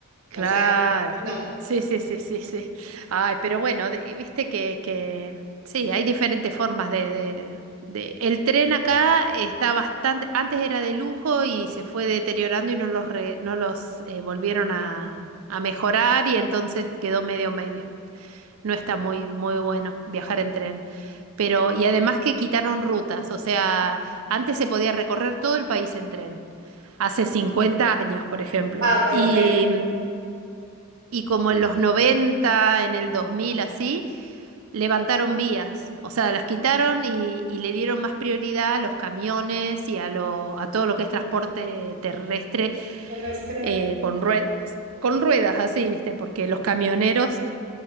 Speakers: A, on the right; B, on the right.
A: Claro,
B: O sea, no.
A: sí, sí, sí, sí, sí. Ay, pero bueno, de- viste que, que sí, hay diferentes formas de, de, de- El tren acá está bastante, antes era de lujo y se fue deteriorando y no los, re- no los eh, volvieron a, a mejorar y entonces quedó medio medio. No está muy, muy bueno viajar en tren. Pero, y además que quitaron rutas, o sea, antes se podía recorrer todo el país en tren hace 50 años, por ejemplo.
B: Ah, ok,
A: Y
B: ok.
A: mm, y como en los 90 en el 2000 así, levantaron vías. O sea, las quitaron y, y le dieron más prioridad a los camiones y a, lo, a todo lo que es transporte terrestre
B: Terrestre.
A: eh, con ruedas. Con ruedas, así, ¿viste? Porque los camioneros